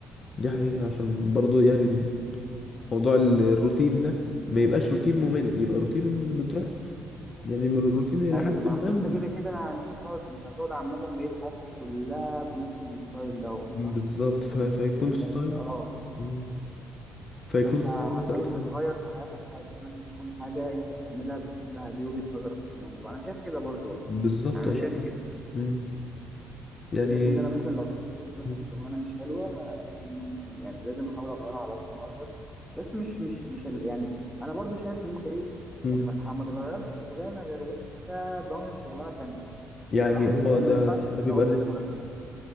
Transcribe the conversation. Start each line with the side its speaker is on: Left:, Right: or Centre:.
Left: دي حقيقة عشان برضو يعني موضوع ال- الروتين ده ما يبقاش روتين ممل يبقى روتين بتروح يعني من الروتين الى
Centre: ايوه
Left: حد
Centre: ما
Left: ما
Centre: اصل
Left: م-
Centre: انت كده كده انت هتقعد انت هتقعد عامه بقيت حياتك كلها بنفس الستايل دوت
Left: بالظبط
Centre: صح انت
Left: ف-
Centre: مش
Left: فيكون
Centre: محتاج ان
Left: ستايل
Centre: اه
Left: مم. فيكون
Centre: فانت
Left: ستايل
Centre: حرفيا
Left: انت بتحبه
Centre: مش هتغير في حياتك حاجه لازم تكون حاجه انت بتعملها بتحبها دي وجهه نظرك في الموضوع انا شايف كده برضو والله
Left: بالظبط
Centre: يعني انا
Left: والله
Centre: شايف
Left: فعلا.
Centre: كده
Left: مم. يعني
Centre: شايف ان انا مثلا لو اتحطيت مثلا
Left: مم.
Centre: في شغلانه مش حلوه شايف ان انا ممكن يعني لازم احاول اغيرها على قد ما اقدر بس مش مش مش ال- يعني انا برضو شايف ان انت ايه
Left: مم.
Centre: يعني ما تح- ما تغيرش شغلانه غير وانت ضامن شغلانه تانية
Left: يعني
Centre: صح
Left: اه
Centre: لان
Left: ده
Centre: ما ينفعش
Left: ده بيبقى
Centre: تقعد
Left: رزق
Centre: كده من غير شغل